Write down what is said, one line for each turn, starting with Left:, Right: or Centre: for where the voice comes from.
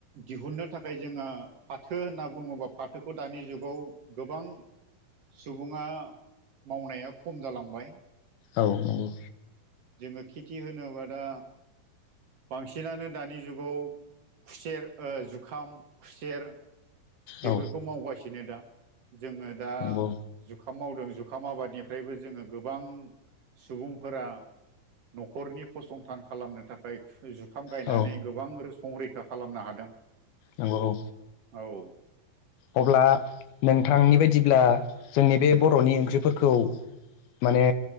Right: दिहुननो थाखाय जोङो। फाथो होनना बुङोबा फाथोखौ दानि जुगाव गोबां सुबुङा मावनाया खम जालांबाय।
Left: औ नंगौ।
Right: जोङो खेथि होनोबा दा। बांसिनानो दानि जुगाव खुसेर, ओ जुखाम, खुसेर बेफोरखौ
Left: औ
Right: मावगासिनो दा जोङो दा
Left: नंगौ
Right: जुखाम मावदों। जुखाम आबादनिफ्रायबो जोङो गोबां सुबुंफोरा न'खरनि फसंथान खालामनो थाखाय। जुखाम गायनानै
Left: औ
Right: गोबां संरैखा खालामनो हादों।
Left: नंगौ।
Right: औ।
Left: अब्ला नोंथांनि बायदिब्ला जोंनि बे बर'नि ओंख्रिफोरखौ माने